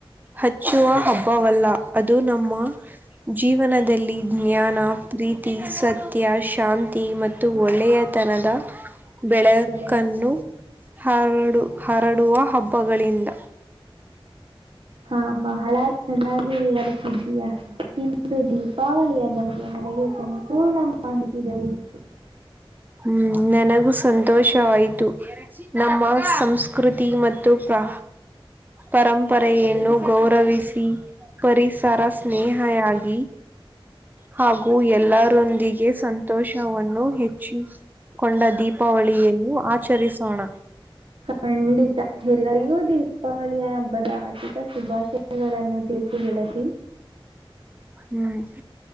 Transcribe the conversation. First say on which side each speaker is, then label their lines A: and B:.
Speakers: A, on the right; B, on the right.
A: ಹಚ್ಚುವ ಹಬ್ಬವಲ್ಲ ಅದು ನಮ್ಮ ಜೀವನದಲ್ಲಿ ಜ್ಞಾನ ಪ್ರೀತಿ ಸತ್ಯ ಶಾಂತಿ ಮತ್ತು ಮತ್ತು ಒಳ್ಳೆಯ ತನದ ಬೆಳಕನ್ನು
B: ಬೆಳೆ
A: ಹರಡು ಹರಡುವ ಹಬ್ಬಗಳಿಂದ
B: ಹಾ ಬಹಳ ಚೆನ್ನಾಗಿ ವಿವರ್ತಿದ್ದೀಯಾ ತಿಂದು ದೀ ದೀಪಾವಳಿಯ ಬಗ್ಗೆ ನನಗೆ ಸಂಪೂರ್ಣ ಮಾಹಿತಿ ದೊರೆಯಿತು
A: ಹ್ಮ್ ನನಗೂ ಸಂತೋಷವಾಯ್ತು ನಮ್ಮ ಸಂಸ್ ಕೃತಿ ಮತ್ತು ಪ್ರಾ ಪರಂಪರೆಯನ್ನು ಗೌರವಿಸಿ ಪರಿಸರ ಸ್ನೇಹಯಾಗಿ ಹಾಗೂ ಎಲ್ಲರೊಂದಿಗೆ ಸಂತೋಷವನ್ನು ಹೆಚ್ಚಿ ಕೊಂಡ ದೀಪಾವಳಿಯನ್ನು ಆಚರಿಸೋಣ
B: ಖಂಡಿತ ಎಲ್ಲರಿಗೂ ದೀಪಾವಳಿಯ ಹಬ್ಬದ ಆರ್ಥಿಕ ಶುಭಾಶಯಗಳನ್ನು ಪ್ರೀತಿ ಗೆಳತಿ
A: ಹ್ಮ್